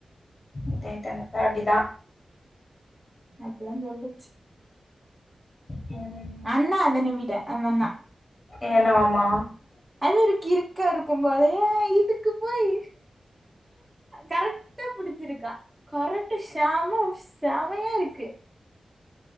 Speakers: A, on the left; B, on the right.
A: இதே தா நிப்பாட்டி தா
B: அப்டி தா சொல்லுச்சு
A: ம்
B: அண்ணா அதனி விட அந்தண்ணா
A: ஏனோ ஆமா
B: அது ஒரு கிறுக்கா இருக்கு போலய இதுக்கு போய் கரெட்டா புடிச்சிருக்கா கரெட்டு செம செமையா இருக்கு